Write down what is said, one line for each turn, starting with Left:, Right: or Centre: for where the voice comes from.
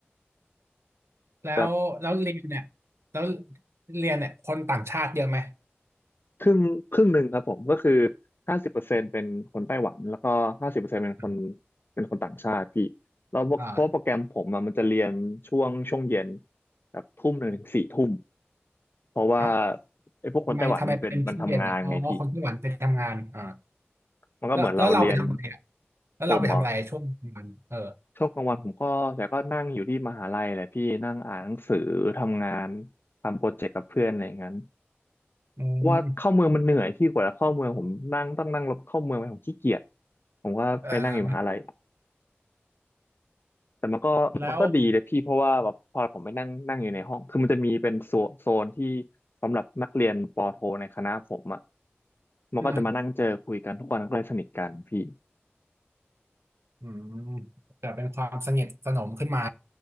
Right: แล้วแล้วเรียนเนี่ย
Left: แต่
Right: แล้วเรียนเนี่ยคนต่างชาติเยอะไหม
Left: ครึ่งครึ่งหนึ่งครับผมก็คือห้าสิบเปอร์เซ็นต์เป็นคนไต้หวันแล้วก็ห้าสิบเปอร์เซ็นต์เป็นคน
Right: อม
Left: เป็นคนต่างชาติพี่แล้วเพราะโปรแกรมผมอะมันจะเรียนช่วงช่วงเย็น
Right: อ่า
Left: แบบทุ่มหนึ่งถึงสี่ทุ่มเพราะว่า
Right: เอ้า
Left: ไอ้พวกคนไต้หวันมันเป็นมันทำงานไงพี่
Right: ทำไมทำไมเป็นช่วงเย็นอ่ะอ๋อคนไต้หวันไปทำงานอ่า
Left: มันก็เหมือนเราเรียน
Right: แล้วแล้วเราไปทำอะไรอ่ะแล้วเราไปทำอะไรช่วงกลางวันเออ
Left: ผมเหรอช่วงกลางวันผมก็แต่ก็นั่งอยู่ที่มหาลัยแหละพี่นั่งอ่านหนังสือทำงานทำโปรเจกต์กับเพื่อนอะไรอย่างนั้น
Right: อืม
Left: เพราะว่าเข้าเมืองมันเหนื่อยพี่กว่าจะเข้าเมืองผมนั่งต้องนั่งรถเข้าเมืองไปผมขี้เกียจผมก็ไปนั่งอยู่มหาลัย
Right: เอ่อ
Left: แต่มันก็มันก็ดีเลยพี่เพราะว่าแบบพอผมไปนั่งนั่งอยู่ในห้องคือมันจะมีเป็นโซนโซนที่
Right: แล้ว
Left: สำหรับนักเรียนปอโทในคณะผมอ่ะมันก็จะมานั่งเจอคุยกันทุกคนก็เลยสนิทกันพี่
Right: อืม อืมแต่เป็นความสนิทสนมขึ้นมา